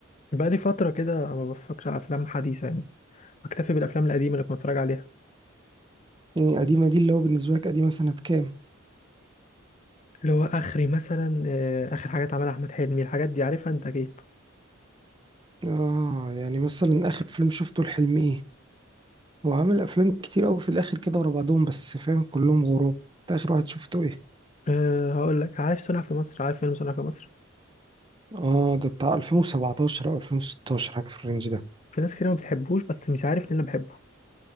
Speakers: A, on the left; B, on the right.
A: بقالي فتره كده ما بفكرش على افلام حديثه يعني بكتفي بالافلام القديمه اللي كنت بتفرج عليها
B: يعني القديمه دي اللي هو بالنسبه لك قديمه سنه كام
A: اللي هو اخري مثلا آه، اخر حاجات عملها احمد حلمي الحاجات دي عارفها انت اكيد
B: اه يعني مثلا اخر فيلم شفته لحلمي ايه هو عامل افلام كتير قوي في الاخر كده ورا بعضهم بس فاهم كلهم غراب انت اخر واحد شفته ايه
A: أه هقول لك عارف صنع في مصر عارف فيلم صنع في مصر
B: اه ده بتاع 2017 او 2016 حاجه في الرينج ده
A: في ناس كتير ما بتحبوش بس مش عارف ان انا بحبه